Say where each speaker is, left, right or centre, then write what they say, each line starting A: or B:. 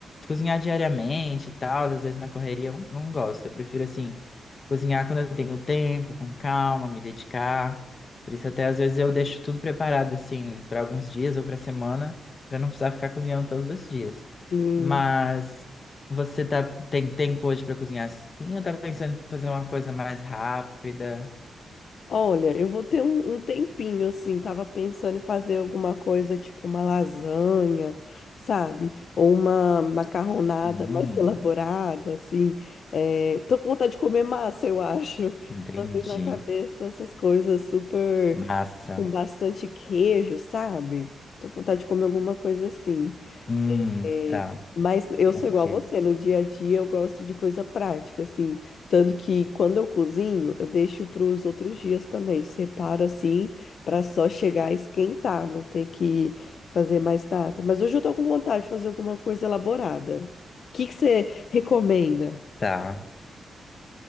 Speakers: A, on the left; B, on the left.
A: cozinhar diariamente e tal, às vezes na correria eu não gosto. Eu prefiro, assim, cozinhar quando eu tenho tempo, com calma, me dedicar. Por isso, até às vezes eu deixo tudo preparado, assim, para alguns dias ou para semana, para não precisar ficar cozinhando todos os dias.
B: sim.
A: Mas você tá, tem tempo hoje para cozinhar assim ou tá pensando em fazer uma coisa mais rápida?
B: Olha, eu vou ter um, um tempinho assim. Tava pensando em fazer alguma coisa tipo uma lasanha, sabe? Ou uma macarronada
A: Hum,
B: mais <laughs> elaborada, assim. É, tô com vontade de comer massa, eu acho.
A: entendi.
B: Só vem na cabeça essas coisas super
A: Massa.
B: com bastante queijo, sabe? Tô com vontade de comer alguma coisa assim.
A: Hum,
B: É,
A: tá.
B: mas eu
A: Ok.
B: sou igual a você, no dia a dia eu gosto de coisa prática, assim. Tanto que quando eu cozinho, eu deixo para os outros dias também. Separo assim, para só chegar a esquentar, não ter que fazer mais nada. Mas hoje eu tô com vontade de fazer alguma coisa elaborada. O que que você recomenda?
A: Tá.